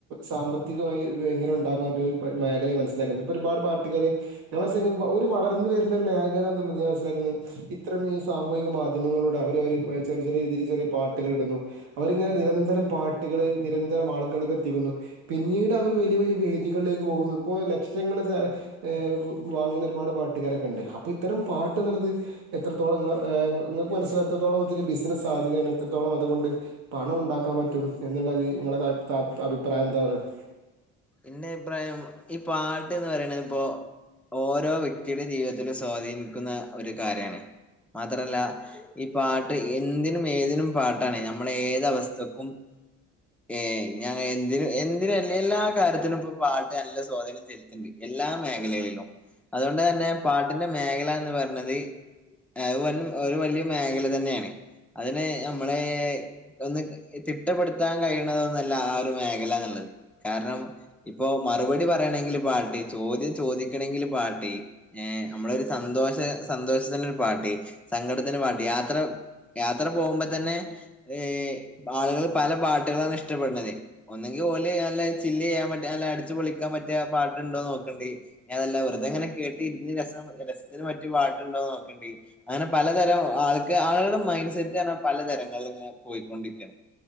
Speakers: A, on the right; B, in the centre.
A: സാമ്പത്തികമായി ഇങ്ങനെ ഒണ്ടാക്കാൻരു പ് മേഖലയായ് മനസിലാക്കുന്നു ഇപ്പഒരുപാട് പാ ട്ടുകാര്, ഞാൻ മനസിലാക്കി ഒരു വളർന്ന് വരുന്നൊരു മേഖല എന്നുള്ളത് ഞാൻ മനസിലാക്ക്‌ണ്. ഇത്രം ഈ സാമ് മൂഹിക മാധ്യമങ്ങളുടെ അവര്അവരുമായ് ചെറിയ ചെറിയ രീതില് ചെറിയ പാട്ടുകളിടുന്നു, അവരിങ്ങനെ നിരന്തരം പാട്ടുകള് നിരന്തരം ആളുകൾക്ക് എത്തിക്കുന്നു. പിന്നീട് അവര് വലിയ വലിയ വേദികളിലേക്ക് പോകുന്നു. ഇപ്പോ ലക്ഷങ്ങള് സാല ഏഹ് വാങ്ങുന്ന ഒരുപാട് പാട്ട്കാരൊക്കെണ്ട്, അപ്പൊ ഇത്തരം പാട്ട്ന്ന്ള്ളത് എത്രത്തോളം ഇങ്ങളെ ഏഹ് ഇങ്ങ ഇങ്ങൾക്ക് മനസ്സിലാത്രത്തോളം ഇതൊരു ബിസിനസ്സ് സാഹചര്യാണ് എത്രത്തോളം അതുകൊണ്ട് പണം ഉണ്ടാക്കാൻ പറ്റും എന്ന് ള്ളത് നിങ്ങളേതായാ <unintelligible> അഭിപ്രായം എന്താ പറയ്ണത്
B: ഇന്റെ അഭിപ്രായം ഈ പാട്ട്ന്ന് പറയ്ണെപ്പൊ ഓരോ വ്യക് ത്തിയുടെ ജീവിതത്തിലെ സ്വാധീനിക്കുന്ന ഒരു കാര്യാണ്. മാത്രല്ല ഈ പാ ട്ട്, എന്തിനും ഏതിനും പാ ട്ടാണ്. ഞമ്മളെ ഏതവസ്ഥക്കും ഏഹ് ഞാ ഞാനെന്തിനും എന്തിനുമല്ല എല്ലാ കാര്യത്തിനുംപ്പൊ പാട്ട് നല്ല സ്വാധീനം ചെൽത്ത്ണ്ട്. എല്ലാ മേഖലകളിലും അതുകൊണ്ട് തന്നെ പാട്ടിന്റെ മേഖല എന്ന് പറഞ്ഞത് ഏഹ് അത് വന്നം ഒരു വലിയ മേഖല തന്നെയാണ്. അതിനെ ഞമ്മളെ, ഒന്ന് തിട്ടപ്പെടുത്താൻ കഴിയണതൊന്നുമല്ല ആ ഒരു മേഖലന്ന്ള്ളെ ടോയ്, കാരണം ഇപ്പൊ മറുപടി പറയണെങ്കില് പാട്ട്, ചോദ്യം ചോദിക്കണെങ്കില് പാട്ട്, ഏഹ് നമ്മളൊരു സ സന്തോഷ സന്തോഷത്തിനൊരു പാട്ട്, സങ്കടത്തിന് പാട്ട് യാത്ര യാത്ര പോകുമ്പോ തന്നെ ഈഹ് ആളുകള് പല പാട്ടുകളാണ് ഇഷ്ടപ്പെടുന്നത്. ഒന്നെങ്കിൽ ഇതോല് പറഞ്ഞ ചില്ലയ്യാ ല്ല അടിച്ചു പൊളിക്കാൻ പറ്റിയ പാട്ട്ണ്ടോ നോക്കണ്ടി. ഇനിയതല്ല വെറുതെങ്ങനെ കേട്ടിരിന്ന് രസം രസ ത്തിന് പറ്റ്യ പാട്ട്ണ്ടോ നോക്കെണ്ടി. അങ്ങനെ പലതരം ആൾക്ക് ആളുകടെ മൈൻഡ് സെറ്റാണ് പലതരങ്ങളില് ഇത് ഇങ്ങനെ പോയിക്കൊണ്ടിരിക്കാണ്,